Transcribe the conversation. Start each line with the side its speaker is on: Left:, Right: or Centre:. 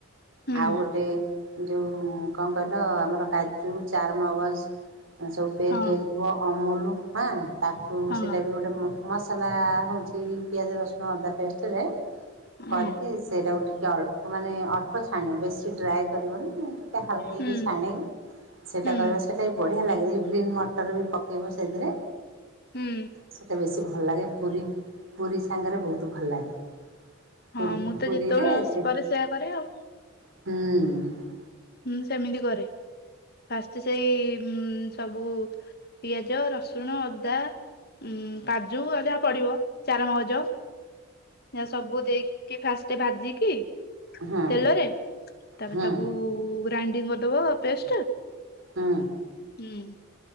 Left: ହୁଁ
Right: ଆଉ ଗୋଟେ ଯେଉଁ କଣ କହିଲ ଆମର କାଜୁ ଚାରମଗଜ ସବୁ ପେଷ୍ଟ
Left: ହଁ
Right: ହେଇଥିବ ଅମୁଲ ହଁ ତାକୁ
Left: ହଁ
Right: ସେଇଟା ବି ଗୋଟେ ମସଲା ହେଉଛି ପିଆଜ ରସୁ ଅଦା ପେଷ୍ଟରେ କରିକି
Left: ଅଁ
Right: ସେଇଟାକୁ ଟିକେ ଅଳ୍ପ ମାନେ ଅଳ୍ପ ଛାଣିବ ବେଶୀ ଡ୍ରାଏ କରିବନି ଟିକେ ହାଲକେଇକି
Left: ହୁଁ
Right: ଛାଣିକି ସେଇଟା
Left: ହୁଁ
Right: କରିବା ସେଇଟା ବଢିଆ ଲାଗେ ଗ୍ରୀନ୍ ମଟର ବି ପକେଇବ ସେଥିରେ।
Left: ହୁଁ
Right: ସେଟା ବେଶୀ ଭଲ ଲାଗେ ପୁରୀ ପୁରୀ ସାଙ୍ଗରେ ବହୁତ ଭଲ ଲାଗେ। ପୁରୀ
Left: ହଁ ମୁଁ
Right: ପୁରୀରେ
Left: ତ ଯେତେବେଳେ ଅଁସ
Right: ସେ
Left: ପରେ ସେୟା କରେ ଆଉ
Right: ହୁଁ।
Left: ହୁଁ ସେମିତି କରେ ପାସ୍ତ୍ ସେଇ ଉଁ ସବୁ ପିଆଜ ରସୁଣ ଅଦା ଉୁଁ କାଜୁ ଆଉ ଯାହା ପଡିବ ଚାର ମଗଜ ନା ସବୁ ଦେଇକି ଫାଷ୍ଟ ଭାଜିକି
Right: ହୁଁ
Left: ତେଲରେ ତାପରେ
Right: ହୁଁ
Left: ତାକୁ ଗ୍ରାଇଣ୍ଡିଙ୍ଗ କରିଦବ ପେଷ୍ଟ
Right: ହୁଁ।
Left: ହୁଁ।